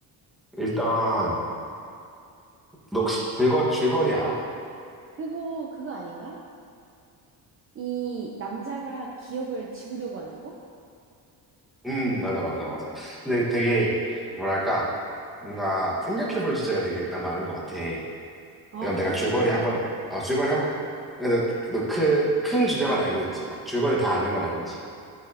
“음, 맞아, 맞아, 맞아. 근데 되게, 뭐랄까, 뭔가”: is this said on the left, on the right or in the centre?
Centre